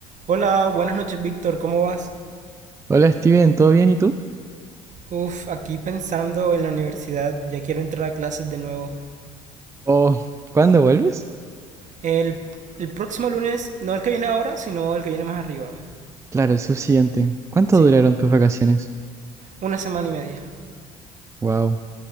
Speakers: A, on the right (about 45°); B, on the right (about 15°).
A: Hola, buenas noches Víctor, ¿cómo vas?
B: Hola Steven, ¿todo bien y tú?
A: Uf, aquí pensando en la universidad, ya quiero entrar a clases de nuevo.
B: ¿O cuándo vuelves?
A: El, el próximo lunes, no el que viene ahora, sino el que viene más arriba.
B: Claro, el subsiguiente. ¿Cuánto
A: Sí,
B: duraron tus vacaciones?
A: una semana y media.
B: Wow.